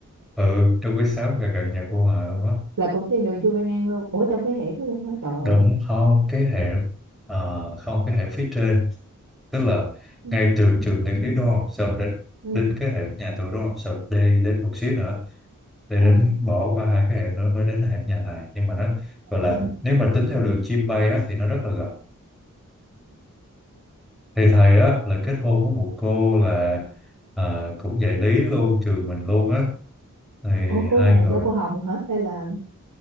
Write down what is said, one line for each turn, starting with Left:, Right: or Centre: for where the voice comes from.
Centre: ừ trong cái xóm gần gần nhà cô Hòa luôn á
Right: là cũng trên đường Chu Văn An luôn ủa trong cái hẻm đó luôn hả trời ơi
Centre: đúng không cái hệ ờ, không cái hệ phía trên tức là
Right: ừ.
Centre: ngay từ trường Nguyễn lý thuyết đúng không xong đến
Right: ừ.
Centre: đến cái hệ nhà tôi đúng không xong đi đến một xíu nữa để
Right: à,
Centre: đến bỏ qua hai cái hệ nữa mới đến hệ nhà thầy nhưng mà nó gọi là
Right: à.
Centre: nếu mà tính theo đường chim bay á thì nó rất là gần thì thầy á là kết hôn với một cô là à, cũng dạy lý luôn trường mình luôn á thì
Right: ủa cô
Centre: hai
Right: này
Centre: người
Right: ta cô Hồng hả hay là